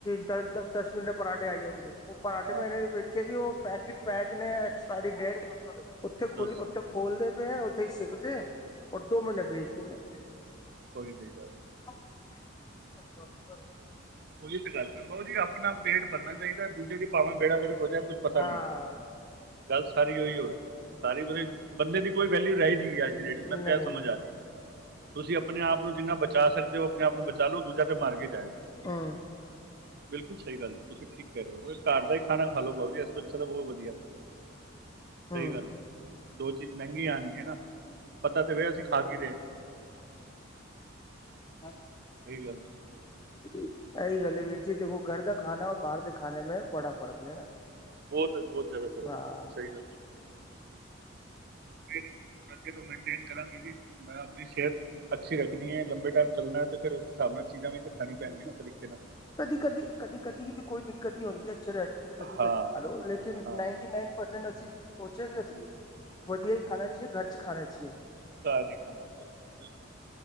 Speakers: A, on the left; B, on the right.
A: ਦਸ, ਦਸ ਮਿੰਟ ਪਰਾਾਂਠੇ ਆ ਜਾਏਗੇ। ਉਹ ਪਰਾਠੇ
B: ਹਾਂ
A: ਮੈਂਨੇ ਵੇਖਿਆ ਸੀ ਉਹ- ਪੈਕਟ ਪੈਕ ਨੇ। ਐਕਸਪਾਇ ਡੇਟ ਉਥੇ,
B: ਦੱਸੋ
A: ਉਥੇ ਖੋਲਦੇ ਪਏ ਉਥੇ ਸਿੱਕਦੇ। <unintelligible> ਭੇਜਦੀ।
B: ਕੋਈ ਨਹੀਂ ਜਾ।
A: <unintelligible>
B: ਉਹੀ ਤੇ ਗੱਲ ਨਾ ਬਈ ਜੀ। ਆਪਣਾ ਪੇਟ ਭਰਨਾ ਚਾਹੀਦਾ ਦੂਜੇ ਦੀ ਭਾਵੇਂ ਬੇੜਾ ਗਰਕ ਹੋ ਜਾਏ, ਕੁੱਛ ਪਤਾ
A: ਹਾਂ
B: ਨਹੀਂ। ਗੱਲ ਸਾਰੀ ਉਹੀ ਉ। ਸਾਰੀ ਮਤਲਬ ਬੰਦੇ ਦੀ ਕੋਈ ਵੈਲਿਊ ਰਹਿ ਨਹੀਂ ਗਈ ਅੱਜ- ਰੇਟ, ਮੈਨੂੰ
A: ਨਹੀਂ
B: ਤਾਂ ਇਹ ਸਮਝ ਆ ਗਈ। ਤੁਸੀਂ ਆਪਣੇ-ਆਪ ਨੂੰ ਜਿੰਨਾ ਬਚਾ ਸਕਦੇ ਹੋ। ਆਪਣੇ ਆਪ ਨੂੰ ਬਚਾ ਲਓ। ਦੂਜਾ ਤੇ ਮਾਰ ਕੇ ਜਾਏਗਾ।
A: ਹੂ।
B: ਬਿਲਕੁਲ ਸਹੀ ਗੱਲ ਹੈ। ਤੁਸੀਂ ਠੀਕ ਕਹਿ ਰਹੇ ਹੋ। ਘਰ ਦਾ ਹੀ ਖਾਣਾ ਖਾ ਲੋ ਬਈ ਜੀ ਅੱਛਾ, ਤਾਂ ਬਹੁਤ ਵਧੀਆ। ਸਹੀ
A: ਹਮ
B: ਗੱਲ, ਦੋ ਚੀਜ਼ ਮਹਿੰਗੀਆਂ ਆਣਗੀਆਂ ਨਾ ਪਤਾ ਤੇ ਹੋਵੇ, ਅਸੀਂ ਖਾ ਕੀ ਰਹੇ ਹਾਂ।
A: ਹਾਂਜੀ।
B: ਸਹੀ ਗੱਲ।
A: ਇਹੀ ਗੱਲ ਹੈ ਵੀਰ ਜੀ। ਦੇਖੋ ਘਰ ਦਾ ਖਾਣਾ ਬਾਹਰ ਦੇ ਖਾਣੇ ਮੈਂ ਬੜਾ ਫ਼ਰਕ ਹੈ।
B: ਬਹੁਤ, ਬਹੁਤ ਜ਼ਿਆਦਾ ਫ਼ਰਕ
A: ਹਾਂ
B: ਸਹੀ ਗੱਲ। ਮੇਰੀੇ ਅੱਗੇ ਤੋਂ ਮੇਨਟੇਨ ਕਰਾਂਗੇ ਜੀ। ਮੈਂ ਆਪਣੀ ਸਿਹਤ ਅੱਛੀ ਰੱਖਣੀ ਹੈ, ਲੰਬੇ ਟਾਈਮ ਚੱਲਣਾ ਹੈ, ਤੇ ਫਿਰ ਉਸ ਹਿਸਾਬ ਨਾਲ ਚੀਜ਼ਾਂ ਵੀ ਖਾਣੀਆਂ ਪੈਣੀਆਂ,
A: ਜੀ ਜੀ
B: ਸਹੀ ਤਰੀਕੇ ਨਾਲ।
A: ਕਦੀ, ਕਦੀ, ਕਦੀ, ਕਦੀ, ਕਦੀ ਕੋਈ ਦਿੱਕਤ ਨੀ ਹੁੰਦੀ। ਅੱਛੇ ਰੈਸਟੋਰੈਂਟ ਚ ਕਦੀ
B: ਹਾਂ
A: ਕਦੀ ਖਾ ਲੋ ਲੇਕਿਨ ਨ
B: ਹਾਂ
A: ਨਾਈਟੀਨ ਨਾਈਨ ਪਰਸੈਂਟ ਅਸੀਂ ਸੋਚਿਆ ਕਿ ਅਸੀਂ ਵਧੀਆ ਹੀ ਖਾਣਾ ਚਾਹੀਏ, ਘਰ ਚ ਖਾਣਾ ਚਾਹੀਏ।
B: ਘਰ ਖਾਣਾ ਬਿਲਕੁਲ, ਬਿਲਕੁਲ